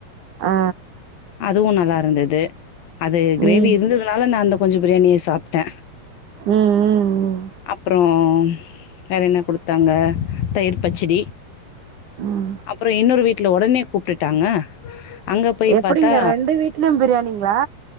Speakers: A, on the right; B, on the left.
A: ஆ ஆ
B: அதுவு நல்லா இருந்தது அது க்ரேவி
A: ம்
B: இருந்ததுனால நா அந்த பிரியாணி சாப்ட்டே
A: ம் ம் ம்
B: அப்றோ வேற என்ன குடுத்தாங்க தயிர் பச்சிடி
A: ம்
B: அப்றோ இன்னோரு வீட் ல ஒடனே கூப்ட்டுட்டாங்க அங்க போய்
A: எப்படிங்க
B: பாத்தா
A: ரெண்டு வீட்லயு பிரியாணிங்ளா